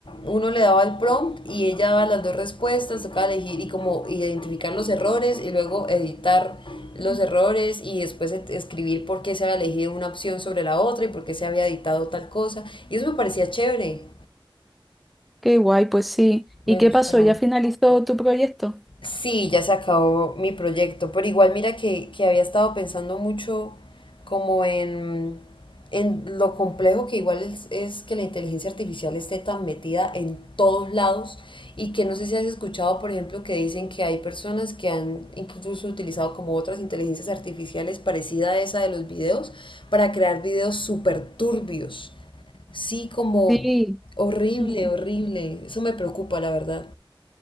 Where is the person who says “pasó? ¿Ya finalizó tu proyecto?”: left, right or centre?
Centre